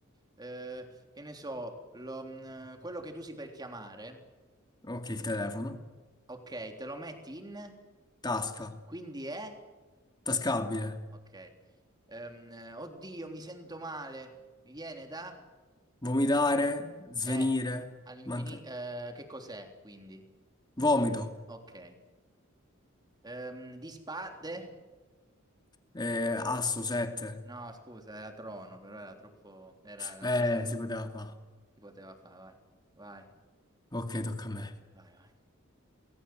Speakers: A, on the right (about 20°); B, on the left (about 20°).
A: eh, che ne so, lo- mh, quello che tu usi per chiamare,
B: Ok, il telefono.
A: ok, te lo metti in,
B: Tasca.
A: quindi è,
B: Tascabile.
A: ok, Ehm, eh, oddio, mi sento male, mi viene da,
B: Vomitare, svenire.
A: è, all'infinito,
B: Manca...
A: che cos'è, quindi?
B: Vomito.
A: Sì. Ok, Ehm, di spade,
B: Eh, asso, sette.
A: no, scusa, era trono, però era troppo, erano
B: Eh,
A: due secondi,
B: si poteva fare.
A: si poteva fare, vai,
B: Ok, tocca a me.
A: vai, vai, vai.